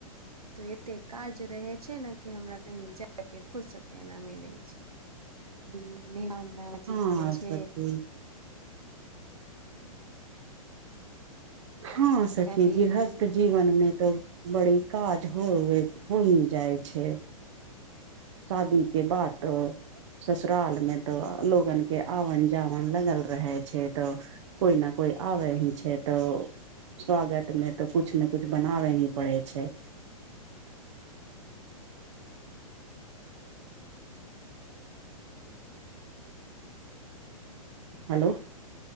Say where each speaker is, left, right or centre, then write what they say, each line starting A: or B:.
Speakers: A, on the right; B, on the right.
A: तो एते काज रहे छै नऽ कि हमरा कही जाय के फुर्सते ना मिलै छै <unintelligible>
B: हँ
A: करै छै
B: सखी हँ
A: तऽ
B: सखी
A: कभी
B: गृहस्त जीवन मे तो बड़ी काज होवे हो ही जाइ छै शादी के बातऽ ससुराल मे तो लोगन के आवन जावन लगल रहे छै तो कोइ न कोइ आबे ही छै तऽ स्वागत मे तऽ कुछ नऽ कुछ बनाबे ही पड़े छै हेलो